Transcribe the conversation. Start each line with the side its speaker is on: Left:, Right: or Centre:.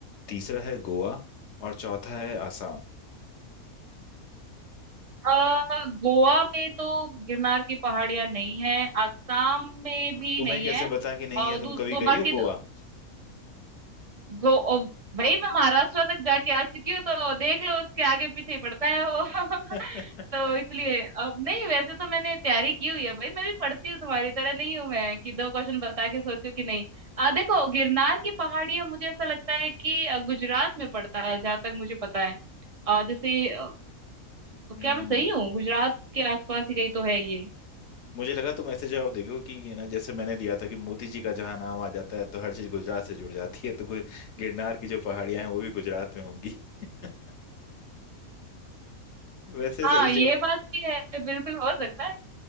Left: तीसरा है गोवा और चौथा है आसाम
Right: अ, गोवा में तो गिरनार की पहाड़ियां नहीं है आसाम में भी
Left: तुम्हें
Right: नहीं
Left: कैसे
Right: है
Left: पता कि नहीं
Right: और
Left: है तुम
Right: दो, दो
Left: कभी गई
Right: बाकी
Left: हो गोवा
Right: गो ओ, भाई मैं महाराष्ट्र तक जाके आ चुकी हूँ तो देख लो उसके आगे पीछे ही पड़ता है वो <laughs>
Left: <laughs>
Right: तो इसलिए अब नहीं वैसे तो मैंने तैयारी की हुई है भाई मैं भी पढ़ती हूँ तुम्हारी तरह नहीं हूँ मैं कि दो क्वेश्चन बता के सोचो कि नहीं आ देखो गिरनार की पहाड़ियां मुझे ऐसा लगता है कि अ, गुजरात में पड़ता है जहां तक मुझे पता है आ, जैसे अ,
Left: हम्म
Right: क्या मैं सही हूँ गुजरात के आसपास ही कहीं तो है ये
Left: मुझे लगा तुम ऐसे जवाब देखो कि ये ना जैसे मैंने दिया था कि मोती जी का जहाँ नाम आ जाता है तो हर चीज गुजरात से जुड़ जाती है तो गु- गिरनार की जो पहाड़ियां हैं वो भी गुजरात में होंगी <laughs> वैसे
Right: हाँ
Left: सही
Right: ये
Left: जवाब
Right: बात भी है बिल्कुल हो सकता है